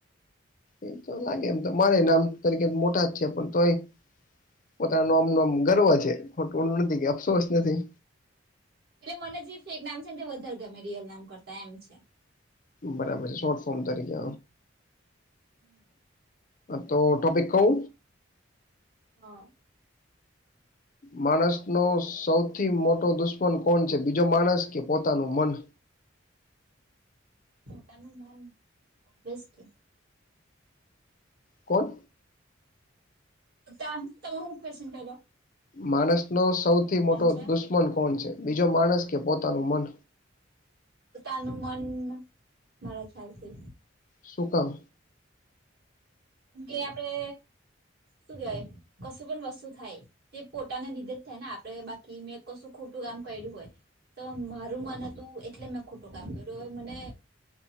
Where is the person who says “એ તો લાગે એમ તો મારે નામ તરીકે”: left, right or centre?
Left